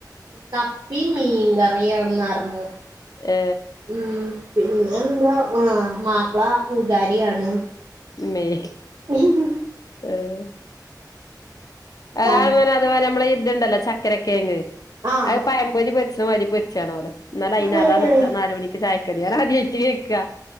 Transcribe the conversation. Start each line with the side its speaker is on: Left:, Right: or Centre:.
Right: കപ്പിം മീൻകറിയാണെന്നർഞ്ഞു
Left: ഏ
Right: ഉം, പിന്നെ എന്താ ആ മാപ്പ്ള്ള പൂജാരിയാണ്
Left: മ്മേ ഹ്
Right: ഉ് ഹ്
Left: ഏഹ് <unintelligible>
Right: ഉം
Left: നമ്മളെ ഈ ഇത്ണ്ടല്ലോ ചക്കര കേങ്ങ്.
Right: ആഹ്
Left: അഅ് പഴം പൊരി പൊരിച്ച്ണ മാത്‌രി പൊരിച്ചാണോലോ. ന്നാല് അയിനതാണ്
Right: അത്
Left: ദ നാല് മണിക്ക് ചായക്കടി അറ. അതി <unintelligible> ക്യ